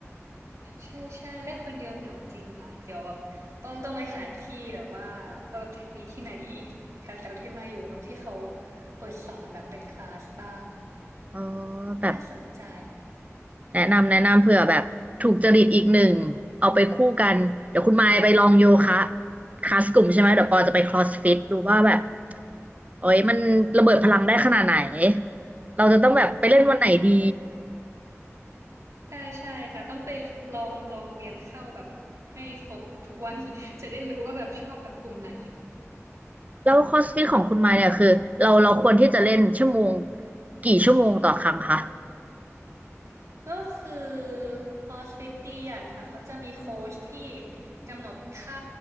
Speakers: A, on the right; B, on the right.
A: ใช่ใช่เล่นคนเดียวเหงาจริงค่ะเดี๋ยวแบบต้องต้องไปหาที่แบบว่าว่าแบบมีที่ไหนแถวแถวที่มาอยู่แบบที่เขาเปิดสอนแบบเป็นคลาสบ้าง
B: อ๋อแบบ
A: น่าสนใจ
B: แนะนำแนะนำเผื่อแบบถูกจริตอีกหนึ่งเอาไปคู่กันเดี๋ยวคุณมายไปลองโยคะคลาสกลุ่มใช่ไหมเดี๋ยวปอจะไปครอสฟิตดูว่าแบบโอ้ยมันระเบิดพลังได้ขนาดไหนเราจะต้องแบบไปเล่นวันไหนดี
A: ใช่ใช่ใช่ค่ะต้องไปลองลองเวียนเข้าแบบให้ครบทุกวัน <laughs> จะได้รู้ว่าแบบชอบแบบกลุ่มไหน
B: แล้วครอสฟิตของคุณมายเนี่ยคือเราเราควรที่จะเล่นชั่วโมงกี่ชั่วโมงต่อครั้งคะ
A: ก็คือคอร์สฟิตเตียนค่ะเขาจะมีโค้ชที่กำหนดท่า